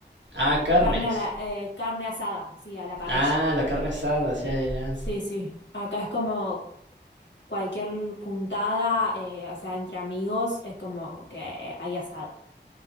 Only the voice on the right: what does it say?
Ah, carnes.
Ah, la carne asada, sí, ya, ya.